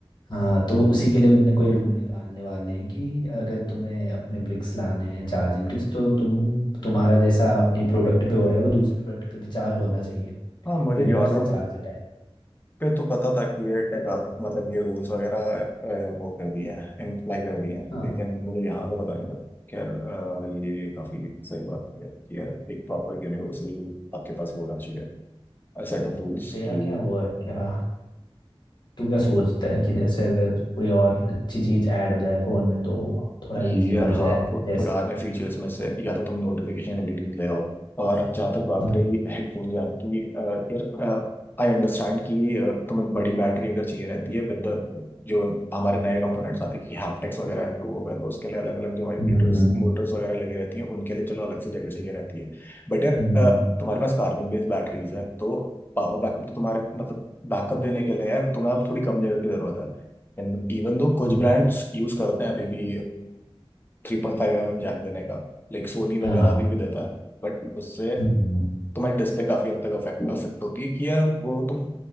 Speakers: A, on the left; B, on the left.
A: हाँ तो उसी के लिए उनने कोई रूल निकालने वाले हैं कि अगर तुम्हें अपने ब्रिक्स लाने हैं चार्जिंग ब्रिक्स तो तुम तुम्हारा जैसा अपने प्रोडक्ट पे हो रहा है वो दूसरे प्रोडक्ट पे भी चार्ज होना चाहिए
B: हाँ मुझे
A: यूनिवर्सल
B: यूरोप
A: चार्ज है टाइप
B: पे तो पता था कि ये टेक मतलब ये रूल्स वगैरह अ, वो कर दिया है इम्प्लाई कर दिया है
A: हाँ
B: लेकिन मुझे यहाँ का पता नहीं था खैर अ, ये काफी सही बात की है कि यार एक प्रॉपर यूनिवर्सल आपके पास होना चाहिए सेट ऑफ रूल्स
A: अब तेरा
B: कि
A: क्या वो है क्या तू क्या सोचता है कि जैसे अगर कोई और अच्छी चीज ऐड हो जाए फोन में तो थोड़ा
B: यार
A: इजी पड़ जाए
B: हाँ पु,
A: जैसे
B: पुराने फीचर्स में से या तो तुम नोटिफिकेशन एलईडी ले आओ और जहाँ तक बात
A: हम्म
B: रही हेडफोन या की अ, यार आई अंडरस्टैंड कि अ, तुम्हें बड़ी बैटरी अगर चाहिए रहती है विद जो हमारे नए कंपोनेंट्स आते हैं कि हैप्टिक्स वगैरह इंप्रूव हो गए हैं, तो उसके लिए अलग अलग जो वाइब्रेटर्स
A: हम्म,
B: मोटर्स वगैरह लगी रहती हैं उनके लिए चलो अलग से जगह चाहिए रहती है बट यार अ,
A: हम्म,
B: तुम्हारे पास कार्बन बेस्ड बैटरीज है तो पावर बैकअप तो तुम्हारे मतलब बैकअप देने के लिए यार तुम्हें अब थोड़ी कम जगह की जरूरत है इवन दो कुछ
A: हम्म,
B: ब्रांड्स यूज करते हैं अभी भी three point five M M jack देने का लाइक सोनी वगैरह
A: हाँ हाँ
B: अभी भी देता है बट उससे
A: हम्म
B: तुम्हारी डिस्प्ले काफी हद तक अफेक्ट अफेक्ट होती है कि यार वो तुम